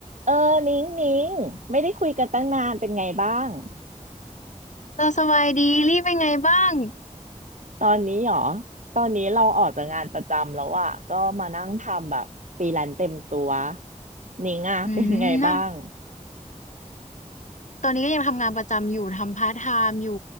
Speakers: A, on the right; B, on the left.
A: เออนิ้งนิ้งไม่ได้คุยกันตั้งนานเป็นไงบ้าง
B: เราสบายดีรีบเป็นไงบ้าง
A: ตอนนี้หรอตอนนี้เราออกจากงานประจำแล้วอะก็มานั่งทำแบบฟรีแลนซ์เต็มตัวนิ้งอะ
B: อืมน่ะ
A: <laughs> เป็นไงบ้าง
B: ตอนนี้ก็ยังทำงานประจำอยู่ทำพาร์ทไทม์อยู่